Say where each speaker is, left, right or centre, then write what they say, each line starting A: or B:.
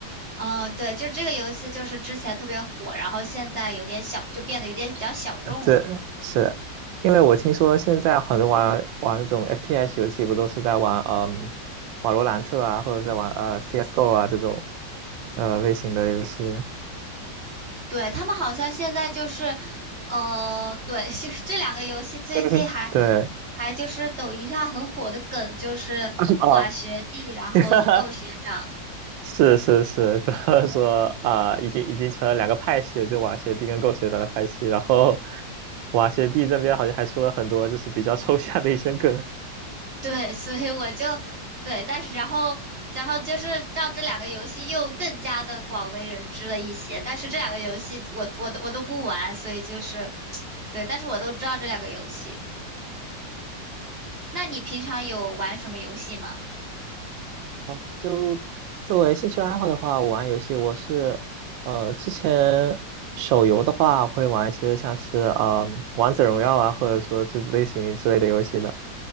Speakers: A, on the right; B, on the right.
A: 哦，呃对，就这个游戏就是之前特别火，然后现在有点小，就变得有点比较小众了。
B: 这是因为我听说现在很多玩玩那种 FPS 游戏不都是在玩嗯瓦罗兰特啊，或者是在玩呃 CS:GO 啊这种呃类型的游戏，
A: 对，他们好像现在就是，呃，对，就是这两个游戏最近还
B: <laughs> 对，
A: 还就是抖音上很火的梗，就是哇学弟，
B: <laughs> 啊，
A: 然后够学长。
B: <laughs> 是是是，<laughs> 他们说啊、已经已经成了两个派系了就瓦学弟跟狗血长的派系。然后瓦学弟这边好像还出了很多就是比较抽象的一些梗。
A: 对，所以我就对，但是然后然后就是让这两个游戏又更加的广为人知了一些。但是这两个游戏我我都我都不玩，所以就是 <tsk> 对，但是我都知道这两个游戏。那你平常有玩什么游戏吗？
B: 哦就作为兴趣爱好的话，我玩游戏我是，呃，之前手游的话会玩一些像是呃王者荣耀啊，或者说就是类型之类的游戏的。